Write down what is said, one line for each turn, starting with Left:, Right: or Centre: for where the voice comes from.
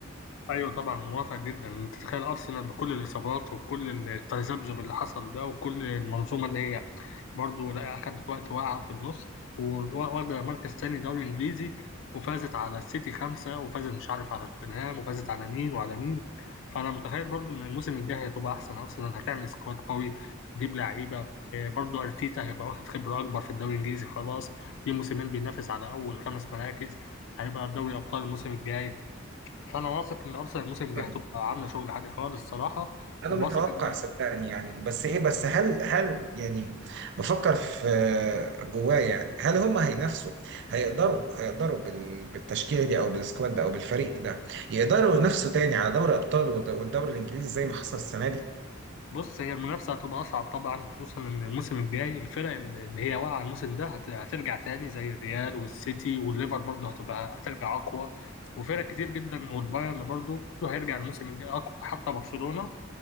Left: ايوه طبعا موافق جدا انت تتخيل ارسنال بكل الاصابات وكل التذبذب اللي حصل ده وكل المنظومة اللي هي برضه لا أخدت وقت واقعة في النص وواخدة مركز تاني دوري إنجليزي وفازت على السيتي خمسة وفازت مش عارف على توتنهام وفازت على مين وعلى مين فأنا متخيل برضه إن الموسم الجاي هتبقى أحسن أرسنال هتعمل سكواد قوي هتجيب لعيبة آه، برضه أرتيتا هيبقى واخد خبرة أكبر في الدوري الإنجليزي خلاص دي موسمين بينافس على أول خمس مراكز هيبقى دوري أبطال الموسم الجاي فأنا واثق إن أرسنال الموسم الجاي
Right: فاهم.
Left: هتبقى عاملة شغل عالي خالص الصراحة
Right: انا
Left: وواثق
Right: متوقع
Left: إن
Right: صدقني يعني بس ايه بس هل هل يعني بفكر في جوايا يعني هل هم هينافسوا هيقدروا هيقدروا بال- بالتشكيله دي او بالسكواد ده او بالفريق ده يقدروا ينافسوا تاني على دوري ابطال والد- والدوري الانجليزي زي ما حصل السنه دي
Left: بص هي المنافسة هتبقى أصعب طبعا خصوصا إن الموسم الجاي الفرق اللي هي واقعة الموسم ده هت- هترجع تاني زي الريال والسيتي والليفر برضه هتبقى هترجع أقوى وفرق كتير جدا والبايرن برضه كله هيرجع الموسم الجاي أقوى حتى برشلونة